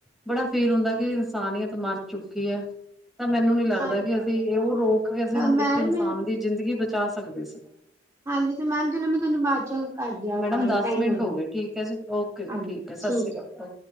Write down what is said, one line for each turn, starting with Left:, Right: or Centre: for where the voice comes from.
Centre: ਬੜਾ ਫੀਲ ਹੁੰਦਾ ਕਿ ਇਨਸਾਨੀਅਤ ਮਰ ਚੁੱਕੀ ਹੈ। ਤਾਂ ਮੈਨੂੰ ਨੀ ਲੱਗਦਾ
Right: ਹਾਂਜੀ।
Centre: ਕਿ ਅਸੀਂ ਉਹ ਰੋਕ ਕੇ ਅਸੀਂ
Right: ਮੈਮ
Centre: ਇੱਕ ਇਨਸਾਨ ਦੀ ਜ਼ਿੰਦਗੀ ਬਚਾ ਸਕਦੇ ਸੀ।
Right: ਹਾਂਜੀ ਤੇ ਮੈਮ ਚਲੋ ਮੈਂ ਤੁਹਾਨੂੰ ਬਾ ਦ ਚ ਕਰਦੀ ਆ
Centre: ਮੈਡਮ
Right: ਕਾਲ
Centre: ਦਸ
Right: ਟਾਈਮ
Centre: ਮਿੰਟ
Right: ਹੋਆ
Centre: ਹੋ ਗਏ ਠੀਕ ਹੈ ਜੀ ਓਕੇ ਜੀ
Right: ਹਾਂਜੀ
Centre: ਸਤਿ
Right: ਠੀਕ
Centre: ਸ਼੍ਰੀ
Right: ਹੈ।
Centre: ਅਕਾਲ